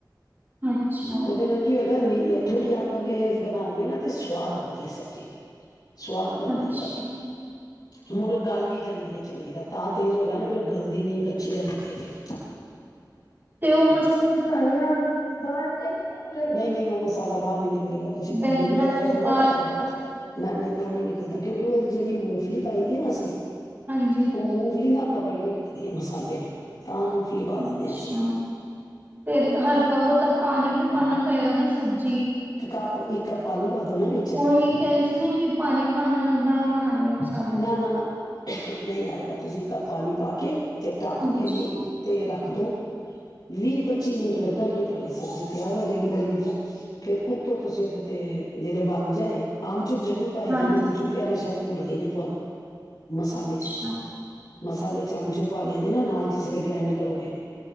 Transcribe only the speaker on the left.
ਉਹਦੇ ਨਾਲ ਕੀ ਹੋ ਨੀ ਥੋੜ੍ਹੀ ਅੱਗ ਅੱਗੇ ਬਣਾਓਗੇ ਨਾ ਤੇ ਸਵਾਦ ਆਦੀ ਹੈ ਸਬਜ਼ੀ, ਸਵਾਦ ਬਣਦੀ
ਬੜੀ ਹੋਰ ਗੱਲ ਵੀ ਜਾਂਦੀ ਐ ਚੰਗੀ ਤਰਾ ਤਾ ਤੇਜ਼ ਹੋਏਗਾ ਨਾ ਫੇਰ ਉਹ ਗਲਦੀ ਨੀ ਕੱਚੀ ਰਹਿ ਜਾਦੀ ਐ।
ਮਸਾਲਾ ਬਾਹਰ ਤੇ ਨਹੀ ਨਿਕਲੇਗਾ, ਨਹੀਂ-ਨਹੀਂ ਔ। ਮਸਾਲਾ, ਬਾਹਰ ਨੀ ਨਿਕਲੇਗਾ ਤੁਸੀਂ ਪਾਣੀ
ਕੋਈ ਜ਼ਿਆਦਾ
ਥੋੜੇ
ਨਾ ਪਾਂ ਰਹੇ
ਹੋ
ਨਾ ਨਹੀਂ। ਉਹ ਨੀ ਨਿਕਲਦਾ ਕਿਉਂਕਿ ਉਹਦੀ ਜਿਹੜੀ ਮੂੰਗਫਲੀ ਪਾਈ ਦੀ ਨਾ ਅਸੀਂ,
ਉਹ ਮੂਫਲੀ ਨਾ, ਪਕੜ ਕੇ ਰੱਖਦੀ ਹੈ ਮਸਾਲੇ ਨੂੰ। ਤਾਂ ਮੂੰਗਫਲੀ ਪਾ
ਦਿੰਨੇ ਹਾਂ ਅਸੀਂ,
ਕਪ ਇਕ ਕਪ ਪਾਣੀ, ਪਾ ਦੋ ਨਾ ਵਿੱਚ
ਨਾ
ਨਾ ਨਾ ਨਹੀਂ ਆਏਗਾ, ਤੁਸੀਂ ਕਪ ਪਾਣੀ ਪਾ ਕੇ, ਤੇ ਟੱਕ
ਕੇ ਨੀ ਤੇ ਰੱਖ ਦੋ ਵੀਹ ਪੱਚੀ ਮਿੰਟ ਲੱਗਣਗੇ ਤੁਹਾਡੀ ਸਬਜ਼ੀ ਤਿਆਰ ਹੋ ਜਾਏਗੀ ਬੜੀ ਵਧੀਆ ਫੇਰ ਉੱਤੋਂ ਤੁਸੀਂ ਉਹਦੇ ਤੇ ਜਦ ਬਣ ਜਾਏ। ਆਮਚੂਰ ਜਰੂਰ ਪਾਇਆ
ਜਿਵੇਂ ਆਮਚੂਰ ਕਹਿਣਾ ਸ਼ਾਇਦ। ਭੁੱਲ ਗਈਆਂ। ਭੁੱਲ, ਮਸਾਲੇ
'ਚ, ਮਸਾਲੇ ਆਮਚੁਰ ਪਾ ਲਿਆ। ਨਾ ਨਾਲ ਜਿਸ ਲਈ ਗ੍ਰੈਂਡ ਕਰੋਗੇ